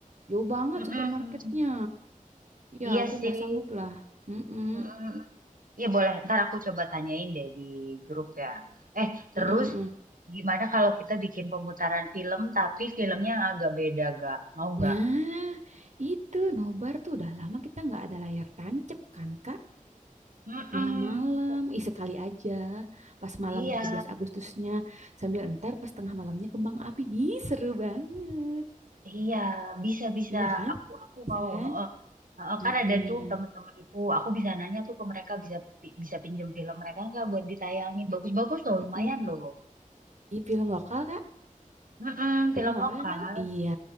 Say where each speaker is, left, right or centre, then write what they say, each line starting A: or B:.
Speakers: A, on the right; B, on the right.
A: Jauh banget
B: mm-mm.
A: supermarketnya. Ya,
B: Iya
A: aku
B: sih.
A: nggak sanggup lah. Mm-mm.
B: Mm-mm. Iya boleh, ntar aku coba tanyain deh di grup ya. Eh, terus
A: Mm-mm, mm-mm.
B: gimana kalau kita bikin pemutaran film tapi filmnya yang agak beda gak? Mau
A: Nah,
B: gak?
A: itu nobar tuh udah lama kita nggak ada layar tancep kan, Kak?
B: Mm-mm.
A: Malam-malam, ih sekali aja. Pas malam
B: Iya,
A: 17 Agustusnya, sambil entar pas tengah malamnya kembang api. Ih, seru banget.
B: iya, bisa bisa.
A: Iya kan?
B: Aku aku
A: Bisa
B: mau.
A: kan?
B: Heeh, heeh.
A: Heeh.
B: kan ada tuh temen-temenku. Aku bisa nanya tuh ke mereka bisa pi- bisa pinjem film mereka nggak buat ditayangin. Bagus-bagus loh, lumayan
A: mm
B: loh.
A: Ih, film lokal, Kak?
B: Mm-mm,
A: Film
B: film
A: lokal
B: lokal.
A: kan? kan? Iya.